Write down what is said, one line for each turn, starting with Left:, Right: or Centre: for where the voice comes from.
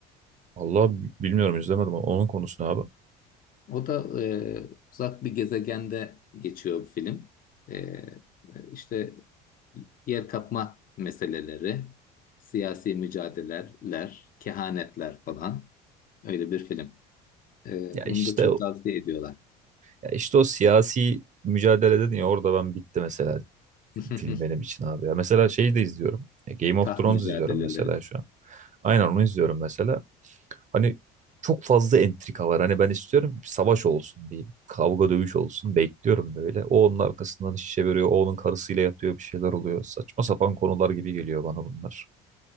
Right: Allah bilmiyorum izlemedim ama onun konusu ne abi?
Left: O da e, uzak bir gezegende geçiyor bir film. E, işte yer kapma meseleleri, siyasi mücadeleler, kehanetler falan. Öyle bir film. E,
Right: Ya
Left: bunu
Right: işte
Left: da çok
Right: o-
Left: tavsiye ediyorlar.
Right: ya işte o siyasi mücadele dedin ya orada ben bitti mesela
Left: <laughs>
Right: film benim için abi ya. Mesela şeyi de izliyorum. E, Game
Left: Taht
Right: of Thrones
Left: mücadeleleri.
Right: izliyorum mesela şu an. Aynen onu izliyorum mesela. Hani çok fazla entrika var. Hani ben istiyorum bir savaş olsun, bir kavga dövüş olsun. Bekliyorum böyle. O onun arkasından şişe veriyor, o onun karısıyla yatıyor, bir şeyler oluyor. Saçma sapan konular gibi geliyor bana bunlar.